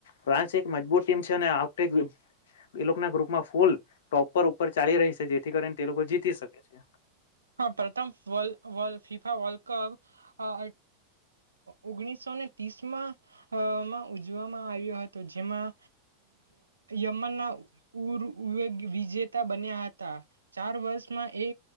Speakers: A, on the left; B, on the right.
A: ફ્રાન્સ એક મજબૂત ટીમ છે, અને આ વખતે એ લોકના ગ્રુપમાં ફૂલ ટોપર ઉપર ચાલી રહી, સે જેથી કરીને તે લોકો જીતી શકે છે.
B: હા, પ્રથમ વલ, વલ ફીફા વર્લ્ડ કપ અ ઓગણીસો ને ત્રીસમા મ ઉજવામાં આવ્યો હતો. જેમાં યમનના ઉર વિજેતા બન્યા હતા, ચાર વર્ષમાં એ